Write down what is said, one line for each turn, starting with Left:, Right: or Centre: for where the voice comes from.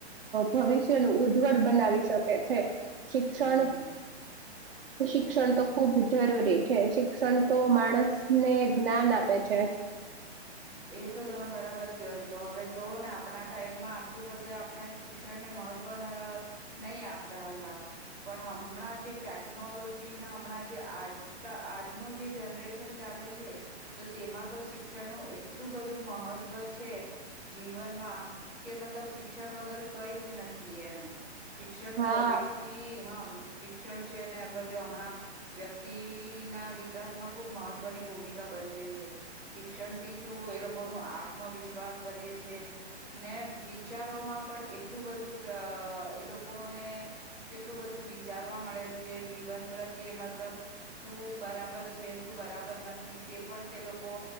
Right: ભવિષ્યનું ઉજ્જવળ બનાવી શકે છે ક્ષણ
Centre: હમ
Right: શિક્ષણ
Centre: એ
Right: તો
Centre: છે.
Right: ખુબ જરૂરી છે શિક્ષણ તો માણસ ને જ્ઞાન આપે છે
Centre: એ તો તમે બરાબર કહયો છો હવે જોવોઓ ને આપણા ટાઈમમાં આટલું બધે આપણે શિક્ષણ ને મહત્વના નહી આપતા હતા પણ હમણાં જે ટેકનોલોજીને હમણાં જે આજકા આજનું જે જનરેશન ચા ચાલે છે તો તેમાં તો શિક્ષણ નું એટલું બધું મહત્વ છે જીવનમાં કે મતલબ શિક્ષણ વગર કઈ જ નથી એમ શિક્ષણ
Right: હા
Centre: જો વ્યક્તિ હા મસ્ત શિક્ષણ છે અગર જો હમણાં વ્યક્તિ ના વિકાસ માં ખુબ મહત્વની ભૂમિકા ભજવે છે શિક્ષણ થી શું એ લોકો ન આત્મવિશ્વાસ વધે છે ને વિચારોમાં પણ એટલું બધું એ લોકોને કેટલું બધું વિચારવા મળે છે જીવન પ્રત્યે મતલબ શું બરાબર છે શું બરાબર નથી તે પણ તે લોકો